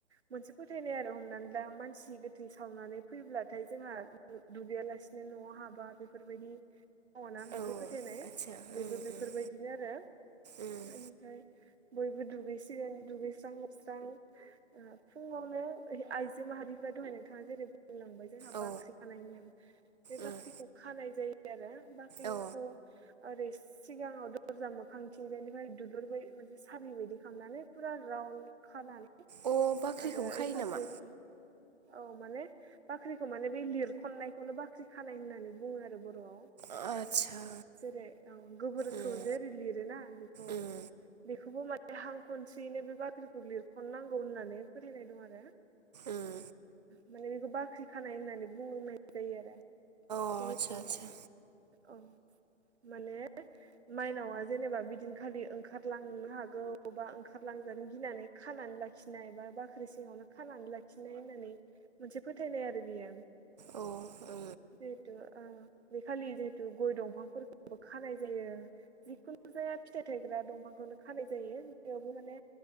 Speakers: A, on the right (about 60°); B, on the right (about 35°).
A: मोनसे फोथायनाय आरो हमनानै ला मानसि- गोथै सावनानै फैब्लाथाय जोंहा दुगैयालासिनो न'आव हाबा बेफोरबायदि दंना मोनसे
B: औ
A: फोथायनाय
B: आतसा
A: बेबो
B: उम
A: बेफोरबायदिनो
B: उम
A: आरो
B: उम
A: बेनिफ्राय बयबो दुगैसिगोन दुगैस्रां लोबस्रां फुङावनो आइजो माहारि दहाय न थाङ जेरै होनलांबाय जोंहा बाख्रि
B: औ
A: खानाय नेम बे बाख्रिखौ
B: उम
A: खानाय जायो आरो बाखिखौ
B: औ
A: ओरै सिगाङाव दरजा मोखां थिंजायनिफ्राय दुलुर बाय मोनसे साबि बायदि खालामनानै फुरा खानानै
B: अ बाख्रिखौबो
A: आरो
B: खायो
A: फारसेथिं
B: नामा?
A: औ माने बाख्रिखौ माने बे लिरखनायखौनो बाख्रि खानाय होननानै बुं आरो बर'आव।
B: आदसा
A: जेरै औ गोबोरखौ
B: उम
A: जेरै लिरोना बेखौ
B: उम
A: बेखौबो म- दहां खनसेयैनो बे बाख्रिखौ लिरख'नांगौ होननानै फोथायनाय दं आरो
B: उम
A: माने बेखौ बाख्रि खानाय होननानै बुंनाय जायो आरो
B: अ
A: जिहेथु
B: आसा आसा
A: औ माने माइनावा जेनेबा बिदिन खालि ओंखारलांनो हागौ बा ओंखारलांजानो गिनानै खानानै ला लाखिनाय बा बाख्रि सिङावनो खानानै लाखिनाय होननानै मोनसे फोथायनाय आरो बियो
B: उम औ उम औ उम
A: बेथ' आ खालि जिहेतु गय दंफांफोरखौबो खानाय जायो जिखुनु जाया फिथाइ थायग्रा दंफांखौनो फानाय जायो बेयावबो माने